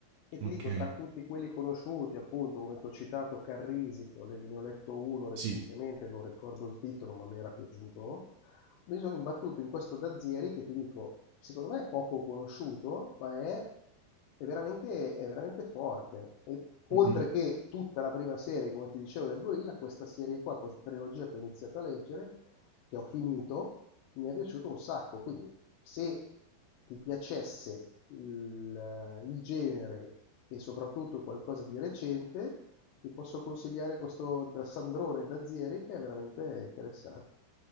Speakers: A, on the left; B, on the right.
A: E ti
B: Ok,
A: dico, tra tutti quelli conosciuti, appunto, come ti ho citato Carrisi, che ho le- ne ho letto uno recentemente,
B: Sì.
A: non ricordo il titolo, ma mi era piaciuto, mi sono imbattuto in questo Dazieri che ti dico, secondo me è poco conosciuto, ma è, è veramente, è veramente forte. E oltre
B: Mm-mm.
A: che tutta la prima serie, come ti dicevo, del Gorilla, questa serie qua, questa trilogia che ho iniziato a leggere, che ho finito, mi è piaciuto un sacco, quindi se ti piacesse il, il genere e soprattutto qualcosa di recente, ti posso consigliare questo da Sandrone Dazieri che è veramente interessante.